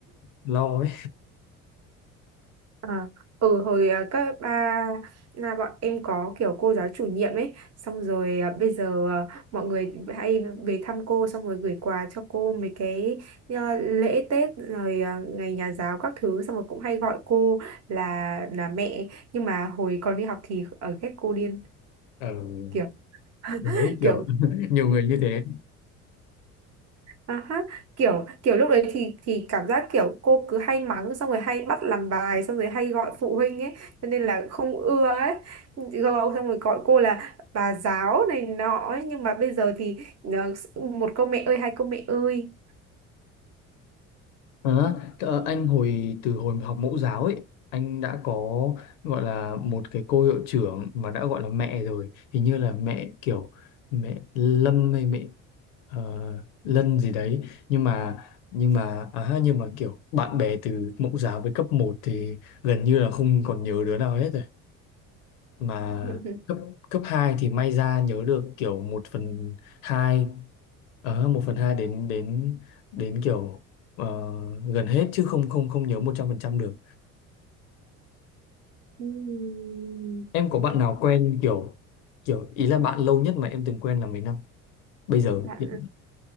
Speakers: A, on the left; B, on the right.
A: lo ấy
B: À, ừ hồi à, cấp ba là bọn em có kiểu cô giáo chủ nhiệm ấy xong rồi à, bây giờ à, mọi người hay về thăm cô xong rồi gửi quà cho cô mấy cái à, lễ Tết rồi à, ngày nhà giáo các thứ xong rồi cũng hay gọi cô là là mẹ nhưng mà hồi còn đi học thì ở ghét cô điên
A: ừ.
B: kiểu <laughs>
A: với kiểu
B: kiểu
A: <laughs> nhiều người như thế
B: À ha, kiểu kiểu lúc đấy thì thì cảm giác kiểu cô cứ hay mắng xong rồi hay bắt làm bài xong rồi hay gọi phụ huynh ấy cho nên là không ưa ấy gọi xong rồi gọi cô là bà giáo này nọ ấy. Nhưng mà bây giờ thì ờ, một câu mẹ ơi hai câu mẹ ơi
A: À, th- anh hồi từ hồi học mẫu giáo ấy anh đã có gọi là một cái cô hiệu trưởng mà đã gọi là mẹ rồi hình như là mẹ kiểu mẹ Lâm hay mẹ ờ, Lân gì đấy nhưng mà nhưng mà à, nhưng mà kiểu bạn bè từ mẫu giáo với cấp một thì gần như là không còn nhớ đứa nào hết rồi mà
B: <laughs>
A: cấp cấp 2 thì may ra nhớ được kiểu một phần 2 ờ, một phần 2 đến đến đến kiểu ờ, gần hết chứ không không không nhớ 100% được
B: Ừm,
A: em có bạn nào quen kiểu kiểu ý là bạn lâu nhất mà em từng quen là mấy năm bây giờ
B: bạn
A: hiện-